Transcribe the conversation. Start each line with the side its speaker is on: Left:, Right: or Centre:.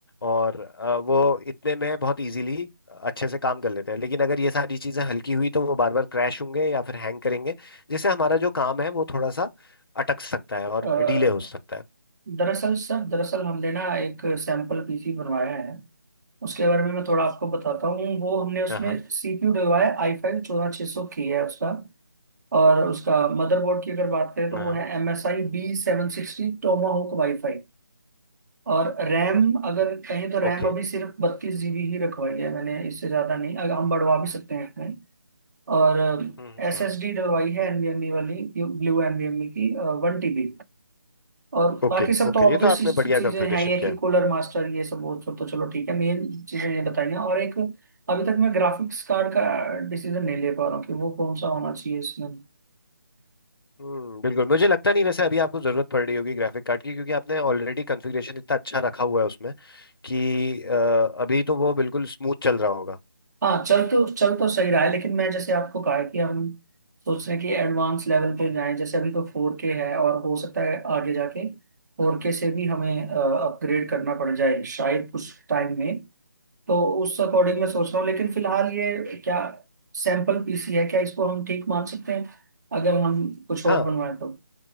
Left: और अ, वो इतने में बहुत इजीली अच्छे से काम कर लेते हैं लेकिन अगर ये सारी चीज़ें हल्की हुई तो वो बार बार क्रैश होंगे या फिर हैंग करेंगे जिससे हमारा जो काम है वो थोड़ा सा अटक सकता है और
Right: अ,
Left: डिले हो सकता है
Right: दरअसल सर दरअसल हमने ना एक सैंपल पीसी बनवाया है उसके बारे में मैं थोड़ा आपको बताता हूँ वो हमने उसमें
Left: हाँ हाँ
Right: सीपीयू डलवाया आई फाइव चौदह छः सौ के है उसका और उसका मदरबोर्ड की अगर बात करें तो
Left: हाँ,
Right: वो है M S I B seven sixty Tomahawk WiFi और रैम अगर कहें तो रैम
Left: ओके
Right: अभी सिर्फ बत्तीस जीबी ही रखवाई है मैंने इससे ज़्यादा नहीं अगर हम बढ़वा भी सकते हैं इसमें और
Left: हम्म
Right: एस
Left: हम्म
Right: एस डी डलवाई है NVMe वाली ब्लू NVMe की वन टीबी और
Left: ओके
Right: बाकी सब
Left: ओके
Right: तो ऑब्वियस
Left: ये तो आपने बढ़िया
Right: चीज़ें
Left: कॉन्फ़िगरेशन
Right: हैं ये
Left: किया
Right: कि
Left: है
Right: कूलर मास्टर ये सब वो सब तो चलो ठीक है मेन चीज़ें ये बताई हैं और एक अभी तक मैं ग्राफिक्स कार्ड का डिसीजन नहीं ले पा रहा हूँ कि वो कौन सा होना चाहिए इसमें
Left: हम्म बिल्कुल मुझे लगता नहीं वैसे अभी आपको जरूरत पड़ रही होगी ग्राफिक कार्ड की क्योंकि आपने ऑलरेडी कॉन्फ़िगरेशन इतना अच्छा रखा हुआ है उसमें कि अ, अभी तो वो बिल्कुल स्मूथ चल रहा होगा
Right: हाँ चल तो चल तो सही रहा है लेकिन मैं जैसे आपको कहा है कि हम सोच रहे हैं कि एडवांस लेवल पे जाएं जैसे अभी तो फोर के है और हो सकता है आगे जाके फोर के से भी हमें अपग्रेड करना पड़ जाए शायद कुछ टाइम में तो उस
Left: हम्म
Right: अकॉर्डिंग
Left: हम्म।
Right: मैं सोच रहा हूँ लेकिन फिलहाल ये क्या सैंपल पीसी है क्या इसको हम ठीक मान सकते हैं अगर हम कुछ और
Left: हाँ
Right: बनवाएं तो